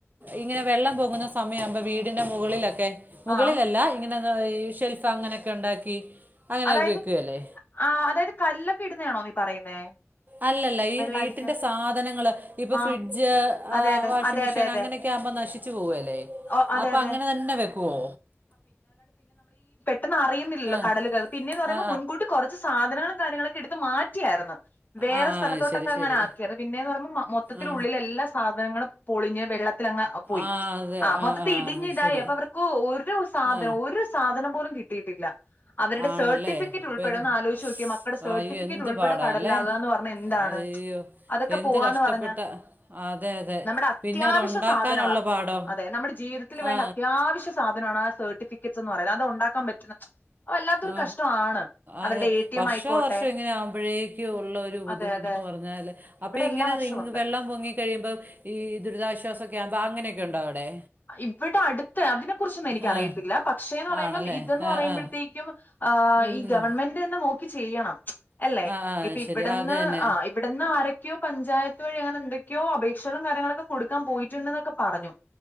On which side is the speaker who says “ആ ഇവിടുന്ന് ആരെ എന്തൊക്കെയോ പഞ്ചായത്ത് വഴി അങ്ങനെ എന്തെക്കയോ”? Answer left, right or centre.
Left